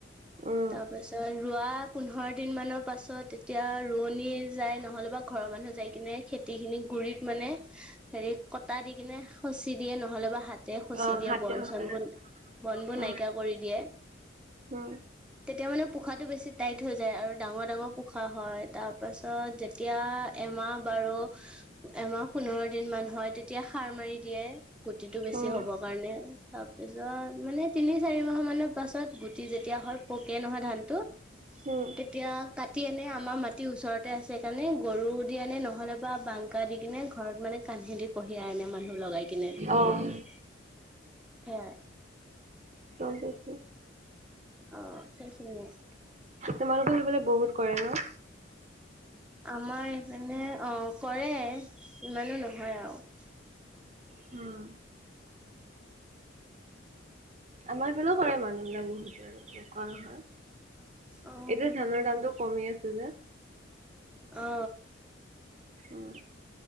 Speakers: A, on the right; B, in the centre.
A: উম
B: তাৰ পাছত ৰোৱা পোন্ধৰ দিন মানৰ পাছত তেতিয়া ৰৱনি, যাই নহ'লে বা ঘৰৰ মানুহ যাই কিনে খেতি খিনি গুৰিত মানে হেৰি কটা দি কিনে সচি দিয়ে নহ'লে বা হাত তে খচি
A: অ'
B: দিয়ে
A: হাতে
B: বন
A: সঁচাই
B: চনবোন বনবোৰ
A: উম
B: নাইকীয়া কৰি দিয়ে
A: হুম
B: তেতিয়া মানে পোখাটো বেছি টাইট হৈ যায় আৰু ডাঙৰ ডাঙৰ পোখা হয় তা তাৰপাছত যেতিয়া এমাহ বাৰু এমাহ পোন্ধৰ দিন মান হয় তেতিয়া সাৰ মাৰি দিয়ে গুটিটো বেছি
A: হুম
B: হ'বৰ কাৰণে তাৰপিছত মানে তিনি চাৰি মাহ মানৰ পাছত গুটি যেতিয়া হয় পকে নহয় ধানটো
A: উম
B: তেতিয়া কাটি আনে আমাৰ মাত টি ওচৰতে আছে কাৰণে গৰু দি আনে নহ'লে বা বাংকা দি কিনে ঘৰত মানে কাণহেদি কঢ়িয়াই আনে মানুহ লগাই কিনে
A: অ'
B: সেয়াই
A: কম বেছো
B: অ সেইখিনিয়ে
A: তোমালোকৰ সেইফালে বহুত কৰে ন
B: আমাৰ এপেনে অ কৰে ইমানো নহয় আউ
A: হুম আমাৰ এইফালেও কৰে মানুহ বিলাক বহুতে আৰু নকৰা নহয়
B: অ
A: এতিয়া ধানৰ দামটো কমি আছে যে
B: অ
A: উম